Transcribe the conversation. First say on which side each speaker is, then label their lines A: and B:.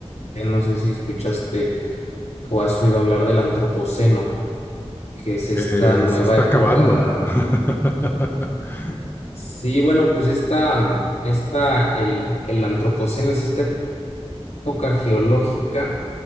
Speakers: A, on the left (about 80°); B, on the left (about 20°).
A: no sé si escuchaste o has oído hablar del antropoceno. que es esta
B: Eh,
A: nueva
B: se está
A: época.
B: acabando <laughs>
A: Sí, bueno, pues esta, esta, el, el antropoceno es esta época geológica